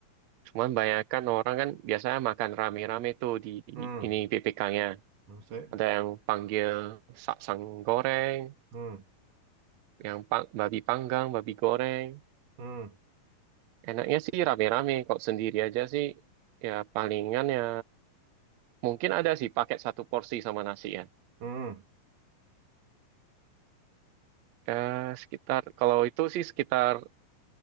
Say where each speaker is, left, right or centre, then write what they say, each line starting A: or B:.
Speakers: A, on the right; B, on the right.
A: Cuman bayangkan orang kan biasanya makan rame-rame tuh di, di
B: hmm.
A: ini BPK-nya.
B: Maksudnya,
A: Ada yang panggil saksang goreng,
B: hmm,
A: yang pang- babi panggang, babi goreng.
B: hmm,
A: Enaknya sih rame-rame, kok sendiri aja sih ya palingan ya mungkin ada sih paket satu porsi sama nasi ya.
B: hmm.
A: Eh, sekitar kalau itu sih sekitar